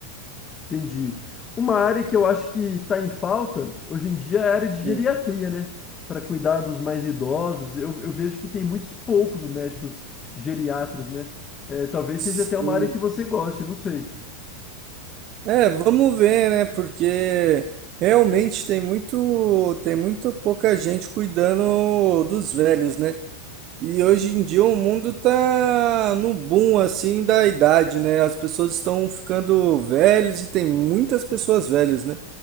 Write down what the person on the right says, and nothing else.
Hum,
Sim.
É, vamos ver, né? Porque realmente tem muito tem muito pouca gente cuidando dos velhos, né? E hoje em dia o mundo tá no boom assim da idade, né? As pessoas estão ficando velhas e tem muitas pessoas velhas, né?